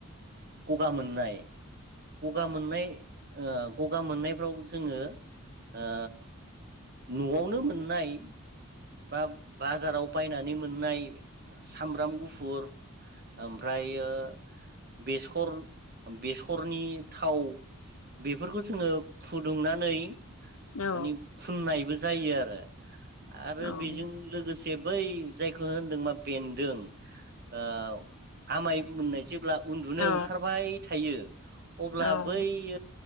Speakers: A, on the right (about 45°); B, on the left (about 80°).
A: गगा मोननाय गगा मोननाय ओ गगा मोननायफ्रावबो जोङो ओ न'आवनो मोननाय बा बाजाराव बायनानै मोननाय सामब्राम गुफुर ओमफ्रायो बेसर बेसरनि थाव बेफोरखौ जोङो फुदुंनानै मानि
B: औ
A: फुननायबो जायो आरो। आरो
B: औ
A: बेजों लोगोसे से बै जायखौ होनदों मा बेन्दों ओ आमाय मोननाय जे ब्ला उन्दुनो
B: औ
A: ओंखारबाय थायो। अब्ला
B: औ
A: बैयो